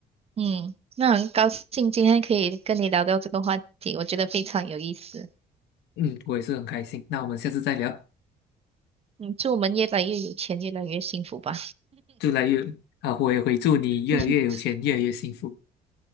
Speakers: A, on the right; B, on the left.
A: 嗯，那很高兴今天可以跟你聊到这个话题，我觉得非常有意思。
B: 嗯，我也是很开心，那我们下次再聊，
A: 嗯，祝我们越来越有钱，越来越幸福吧。
B: 祝来越啊，我也会祝你越来越有钱，
A: <laughs>
B: 越来越幸福。